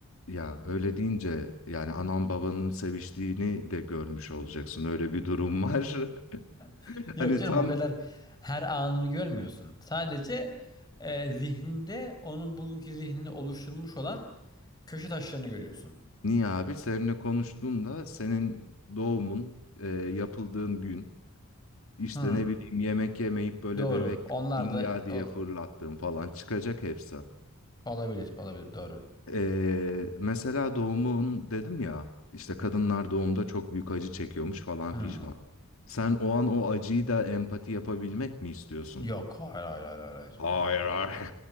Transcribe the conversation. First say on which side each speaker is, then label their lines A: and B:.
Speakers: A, on the left; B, on the left.
A: Ya öyle deyince yani anan babanın seviştiğini de görmüş olacaksın. Öyle bir durum var. <laughs>
B: <laughs> Yok
A: Hani
B: canım
A: tam
B: o kadar her anını görmüyorsun. Sadece e, zihninde onun bugünkü zihnini oluşturmuş olan köşe taşlarını görüyorsun.
A: Niye abi? Seninle konuştuğumda senin doğumun, e, yapıldığın gün, işte
B: Hmm,
A: ne bileyim yemek yemeyip böyle
B: doğru.
A: bebek
B: Onlar
A: inga
B: da
A: diye
B: o-
A: fırlattığın falan çıkacak hepsi.
B: olabilir, olabilir doğru.
A: E, mesela doğumun dedim ya, işte kadınlar doğumda çok büyük acı çekiyormuş falan
B: Hmm.
A: fişman. Sen o an o acıyı da empati yapabilmek mi istiyorsun?
B: Yok. Hayır hayır hayır hayır. hayır,
A: Hayır,
B: hayır, hayır.
A: hayır.
B: Em-